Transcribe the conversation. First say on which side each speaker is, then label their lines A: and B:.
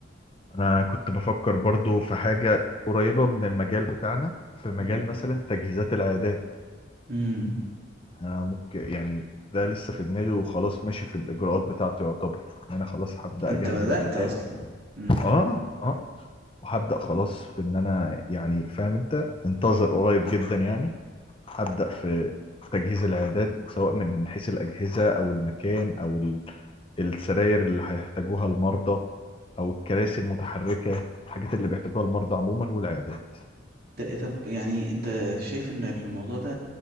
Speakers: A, on the left; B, on the right.
A: انا كنت بفكر برضو في حاجة قريبة من المجال بتاعنا في مجال
B: امم
A: مثلا تجهيزات العيادات
B: امم
A: انا ممكن يعني ده لسه في دماغي وخلاص ماشي في الاجراءات بتاعته يعتبر ان انا خلاص هبدأ
B: انت
A: اجهز
B: بدأت
A: العيادات
B: اصلا امم
A: اه اه وهبدأ خلاص في ان انا يعني فاهم انت انتظر قريب جدا يعني هبدأ في تجهيز العيادات سواء من حيث الأجهزة أو المكان أو ال- السراير اللي هيحتاجوها المرضى أو الكراسي المتحركة الحاجات اللي بيحتاجوها المرضى عموما والعيادات
B: طب يعني انت شايف ان الموضوع ده